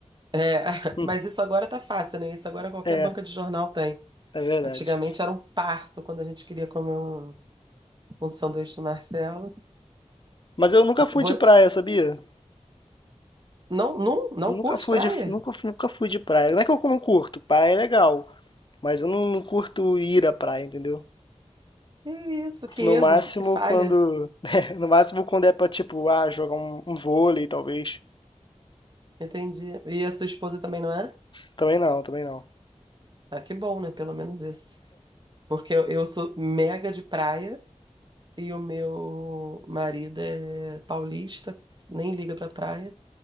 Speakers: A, on the right; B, on the left.
A: <laughs>
B: <laughs>
A: mas isso agora tá fácil, né? Isso agora qualquer
B: É,
A: banca de jornal tem.
B: é verdade.
A: Antigamente era um parto quando a gente queria comer um, um sanduíche do Marcelo.
B: Mas eu nunca fui
A: Vo-
B: de praia, sabia?
A: Não, não, não
B: Nunca
A: curte
B: fui
A: praia?
B: de nunca fu nunca fui de praia. Não é que eu não curto, praia é legal, mas eu não não curto ir à praia, entendeu?
A: Que isso, que
B: No
A: erro,
B: máximo
A: que falha.
B: quando <laughs> no máximo quando é pra, tipo, ah, jogar um um vôlei, talvez.
A: Entendi. E a sua esposa também não é?
B: Também não, também não.
A: Ah, que bom, né? Pelo menos isso. Porque eu, eu sou mega de praia e o meu marido é paulista, nem liga pra praia.